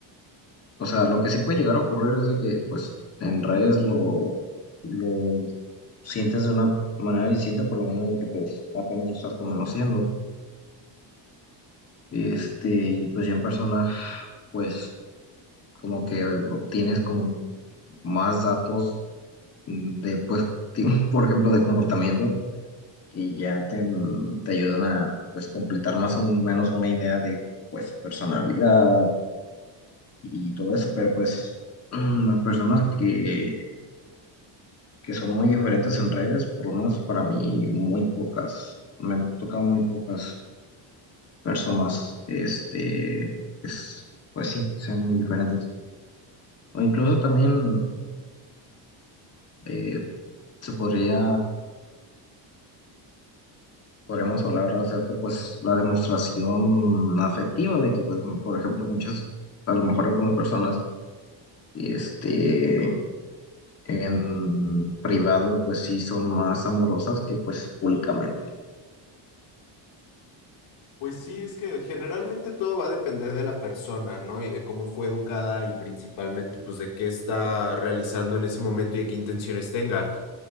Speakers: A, on the left (about 30°); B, on the left (about 80°).
A: o sea, lo que sí puede llegar a ocurrir es de que pues en redes lo, lo sientes de una manera distinta por lo mismo de que pues apenas lo estás conociendo, este, y pues ya en persona pues como que obtienes como más datos de pues, <laughs> por ejemplo, de comportamiento y ya te, te ayudan a pues completar más o menos una idea de pues personalidad y todo eso, pero pues mm, las personas que, que son muy diferentes en redes, por lo menos para mí, muy pocas, me han tocado muy pocas personas, este, es, pues sí, sean muy diferentes. O incluso también eh, se podría, podríamos hablar acerca, pues, la demostración afectiva de que, pues, por ejemplo, muchas, a lo mejor algunas personas, este en privado pues sí son más amorosas que pues públicamente.
B: Pues sí, es que generalmente todo va a depender de la persona, ¿no? Y de cómo fue educada y principalmente, pues, de qué está realizando en ese momento y de qué intenciones tenga.